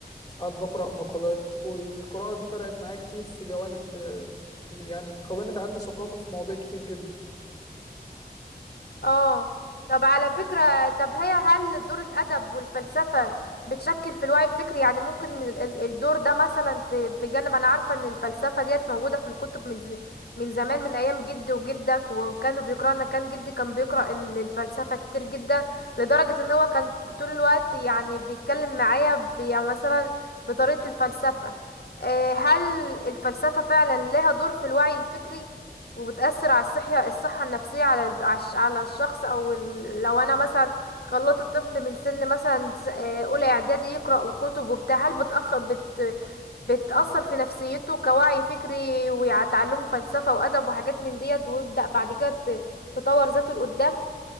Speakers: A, on the left; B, on the left.
A: ساعات بقرأ مقالات والقراءة دي فرقت معايا كتير في جوانب آه، يعني كونت عندي ثقافة في مواضيع كتير جدا
B: اه طب على فكرة طب هي هل دور الأدب والفلسفة بتشكل في الوعي الفكري يعني ممكن ال- ال- الدور ده مثلا في في جانب أنا عارفة إن الفلسفة ديت موجودة في الكتب من ز... من زمان من أيام جدي وجدك وكانوا بيقرأوا أنا كان جدي كان بيقرأ ال- الفلسفة كتير جدا لدرجة إن هو كان طول الوقت يعني بيتكلم معايا ب... يعني مثلا بطريقة الفلسفة آه، هل الفلسفة فعلا لها دور في الوعي الفكري وبتأثر على الصحة الصحة النفسية على الب- على الش- على الشخص او ال- لو انا مثلا خلطت الطفل من سن مثلا س- آه، اولى اعدادي يقرأ كتب وبتاع هل بتأخ بت بتأثر في نفسيته كوعي فكري وتعلمه فلسفة وأدب وحاجات من ديت ويبدأ بعد كده ت- تطور ذاته لقدام